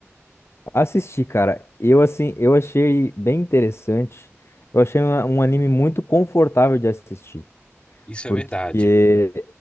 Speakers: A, on the left; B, on the left.
A: Assisti, cara. Eu assim, eu achei bem interessante. Eu achei uma- um anime muito confortável de assistir,
B: Isso
A: porque
B: é verdade.